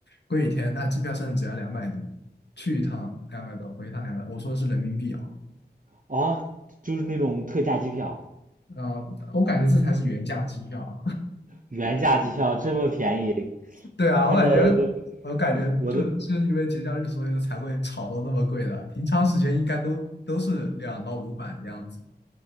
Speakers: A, on the left; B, on the right.
A: 过几天它机票甚至只要两百多，去一趟两百多，回一趟两百，我说的是人民币哦，
B: 哦，就是那种特价机票，
A: 嗯，我感觉这才是原价机票啊。
B: 原价机票这么便宜，
A: <laughs> 对啊，
B: 看到我
A: 我感觉我感觉就就是因为节假日，
B: 都，
A: 所以才会炒到那么贵的，平常时间应该都都是两到五百的样子，